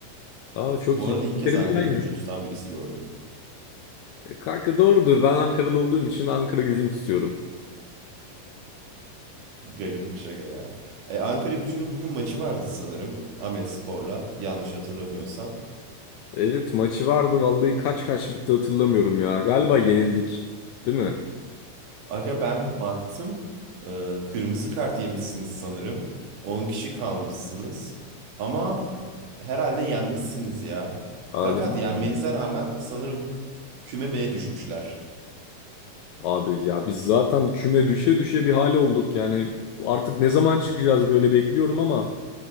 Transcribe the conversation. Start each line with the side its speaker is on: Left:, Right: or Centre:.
Left: Aa çok
Right: Bu
Left: iyi.
Right: arada ilk
Left: Linklerimiz
Right: kez Ankara
Left: aynı.
Right: gücünü tutan birisi gördüm.
Left: E, kanka doğrudur. Ben Ankaralı olduğum için Ankara gücünü tutuyorum.
Right: Garip bir şaka ya. E, Ankara gücünün bugün maçı vardı sanırım. Spor'la Yanlış hatırlamıyorsam.
Left: Evet maçı vardı. Vallahi kaç kaç bitti hatırlamıyorum ya. Galiba yenildik. Değil mi?
Right: Aga ben baktım. e, kırmızı kart yemişsiniz sanırım. 10 kişi kalmışsınız. Ama herhalde yenmişsiniz ya.
Left: Aa,
Right: Fakat
Left: yanlış.
Right: yenmenize rağmen sanırım kümemeye düşmüşler.
Left: Abi ya biz zaten küme düşe düşe bir hale olduk yani artık ne zaman çıkacağız böyle bekliyorum ama